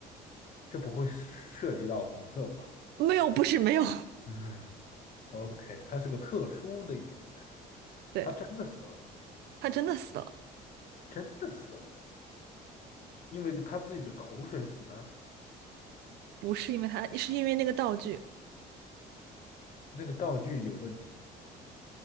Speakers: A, on the left; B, on the right.
A: 这不会涉及到黄色吧？
B: 没有，不是没有，
A: 嗯，OK，他是个特殊的演员，
B: <laughs> 对，
A: 他真的死了吗？
B: 他真的死了，
A: 他真的死了，因为他自己的口水死的。
B: 不是因为他，是因为那个道具。
A: 那个道具有问题，